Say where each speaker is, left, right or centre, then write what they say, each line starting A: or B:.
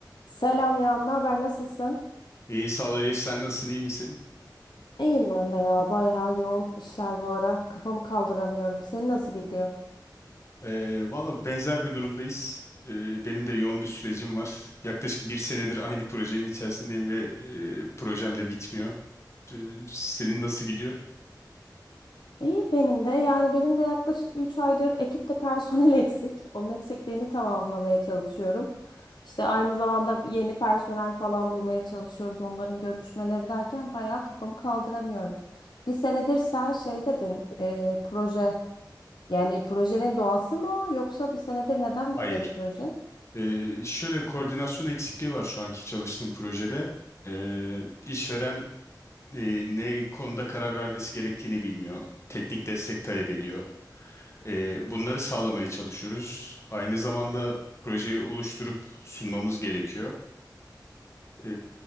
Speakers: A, on the left (about 75°); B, on the left (about 40°).
A: Selam ya, ne haber, nasılsın?
B: İyi sağ ol Elif sen nasılsın iyi misin?
A: İyiyim ben de ya, bayağı yoğun işler bu ara. Kafamı kaldıramıyorum. Senin nasıl gidiyor?
B: Ee, valla benzer bir durumdayız. Ee, benim de yoğun bir sürecim var. Yaklaşık bir senedir aynı projenin içerisindeyim ve e, projem de bitmiyor. Ee, senin nasıl gidiyor?
A: İyi benim de. Yani benim de yaklaşık 3 aydır ekipte personel <laughs> eksik. Onun eksikliğini tamamlamaya çalışıyorum. İşte aynı zamanda yeni personel falan bulmaya çalışıyoruz. Onların görüşmeleri derken bayağı kafamı kaldıramıyorum. Bir senedir sen şey dedin, e, proje. Yani projenin doğası mı o, yoksa bir senedir neden bitmedi
B: Hayır.
A: proje?
B: Ee, şöyle koordinasyon eksikliği var şu anki çalıştığım projede. Ee, işveren e, ne konuda karar vermesi gerektiğini bilmiyor. Teknik destek talep ediyor. Ee, bunları sağlamaya çalışıyoruz. Aynı zamanda projeyi oluşturup sunmamız gerekiyor. E,